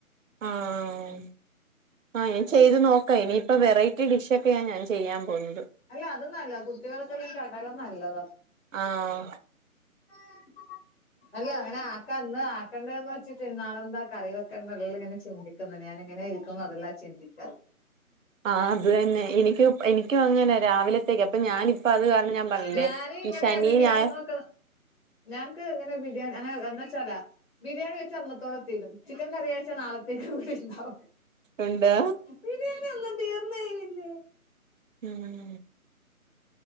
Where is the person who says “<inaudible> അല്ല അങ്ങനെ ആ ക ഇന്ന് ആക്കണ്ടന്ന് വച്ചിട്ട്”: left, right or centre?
Left